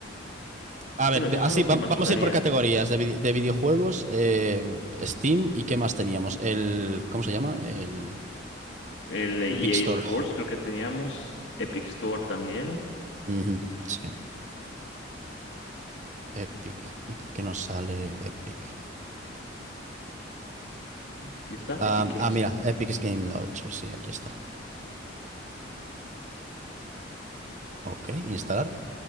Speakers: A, on the right; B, on the left.
A: A ver,
B: Bueno, esos
A: de- así
B: son los
A: va-
B: que más
A: vamos
B: usaría.
A: a ir por categorías de, vide- de videojuegos, eh, Steam y qué más teníamos. El, ¿cómo se llama? El
B: El de EA
A: Epic Store.
B: Sports creo que teníamos. Epic Store también.
A: Ujú, sí, Epic. ¿Y por qué no sale Epic?
B: Sí está, Epic
A: Ah,
B: Game
A: ah,
B: Store.
A: mira, Epic Game Launcher, sí, aquí está. Ok, instalar.